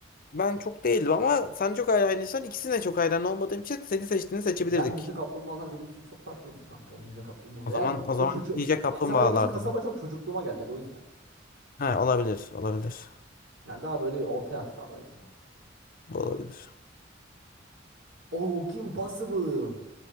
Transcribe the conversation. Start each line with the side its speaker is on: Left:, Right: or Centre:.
Left: Ben çok değildim ama sen çok hayranıysan ikisine çok hayran olmadığım için seni seçtiğini seçebilirdik.
Right: Ben Ninja Kaplumbağalar benim için çok farklıdır kanka ya Ninja Kaplumbağalar.
Left: O
Right: Yani
Left: zaman o zaman
Right: bu çocuk
Left: Ninja Kaplumbağalardı.
Right: Esrarengiz Kasaba çok çocukluğuma gelmedi o yüzden.
Left: He olabilir olabilir.
Right: Yani daha böyle orta yaşlardaydım yani.
Left: Bu Olabilir.
Right: Oh Kim Possible.